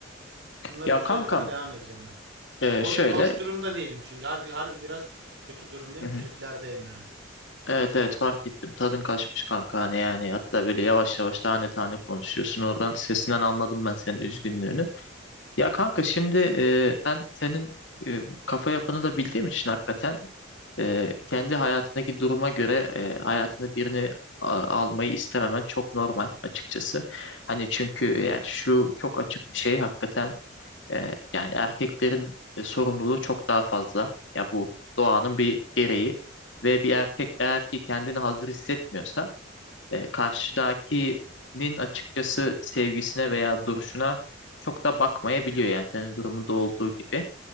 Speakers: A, on the right; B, on the left.
A: Bunları
B: Ya
A: bir söyle
B: kankam
A: bana devam edeceğim ben.
B: e,
A: Hoş,
B: şöyle
A: hoş durumda değilim çünkü harbi harbi biraz kötü durumdayım.
B: Hı
A: Triplerdeyim
B: hı.
A: yani.
B: Evet evet fark ettim tadın kaçmış kanka hani yani hatta böyle yavaş yavaş tane tane konuşuyorsun oradan sesinden anladım ben senin
A: Hı hı,
B: üzgünlüğünü. Ya kanka şimdi e, ben senin e, kafa yapını da bildiğim için hakikaten e, kendi hayatındaki duruma göre e, hayatına birini a- almayı istememen çok normal açıkçası. Hani çünkü yani şu çok açık bir şey hakikaten Ee, yani erkeklerin e, sorumluluğu çok daha fazla. Ya bu doğanın bir gereği ve bir erkek eğer ki kendini hazır hissetmiyorsa e, karşıdakinin açıkçası sevgisine veya duruşuna çok da bakmayabiliyor yani senin durumunda olduğu gibi.